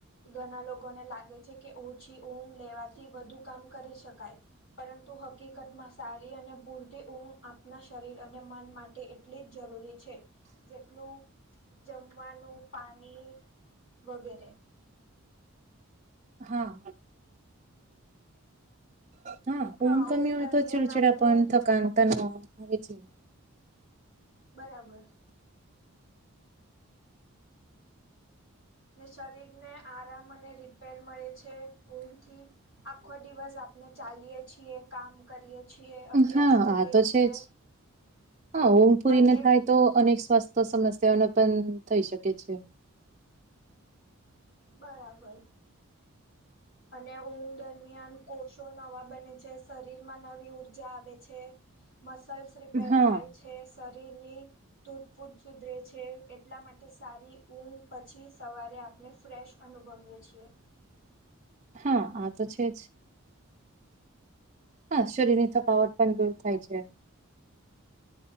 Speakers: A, on the left; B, on the right.
A: ઘણા લોકોને લાગે છે કે ઓછી ઊંઘ લેવાથી વધુ કામ કરી શકાય પરંતુ હકીકતમાં સારી અને પૂરતી ઊંઘ આપના શરીર અને મન માટે એટલી જ જરૂરી છે જેટલું જમવાનું પાણી વગેરે
B: હા હા
A: હા
B: ઊંઘ કમી
A: ઊંઘ
B: હોય
A: દરમિયાન
B: તો છેડું છડા
A: આપનું
B: પણ થકાનતા ન <unintelligible>
A: બરાબર ને શરીર ને આરામ અને રિપેર મળે છે ઊંઘથી આખો દિવસ આપણે ચાલીએ છીએ કામ કરીએ છીએ અભ્યાસ
B: હા
A: કરીએ
B: આ તો
A: છીએ
B: છે જ હા ઊંઘ પૂરીને
A: અને
B: થાય તો અનેક સ્વાસ્થ્ય સમસ્યાઓ ન પણ થઈ શકે છે
A: બરાબર અને ઊંઘ દરમિયાન કોષો નવા બને છે શરીર માં નવી ઉર્જા આવે છે મસલ્સ રિપેર
B: હા
A: થાય છે શરીરની તૂટ ફૂટ સુધરે છે એટલા માટે સારી ઊંઘ પછી સવારે આપ ને ફ્રેશ અનુભવીએ છીએ
B: હા આ તો છે જ હા શરીરનીપ <unintelligible> કા વટ પણ દૂર થાય છે